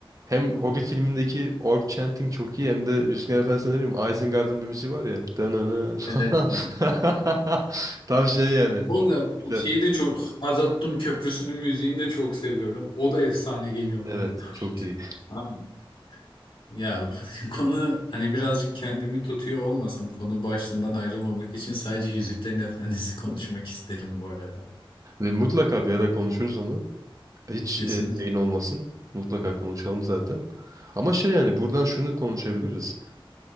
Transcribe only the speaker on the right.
hem Hobbit filmindeki orc chanting çok iyi hem de Yüzüklerin Efendisi'nde ne bileyim Isengard'ın bir müziği var ya. Danana falan.
<laughs> Tam şey yani.
Güzel.
Evet
çok iyi.
Ve mutlaka bir ara konuşuruz onu. Hiç
e, şeyin olmasın. Mutlaka konuşalım zaten. Ama şey yani buradan şunu konuşabiliriz.